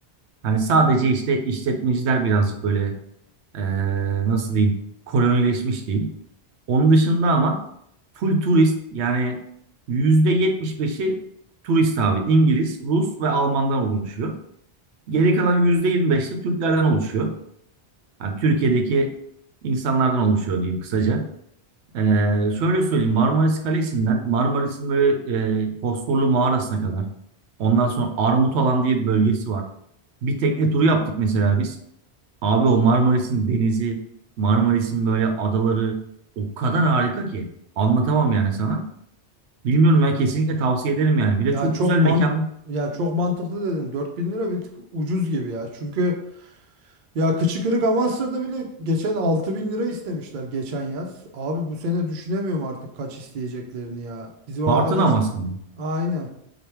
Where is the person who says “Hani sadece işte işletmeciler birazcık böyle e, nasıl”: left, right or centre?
Right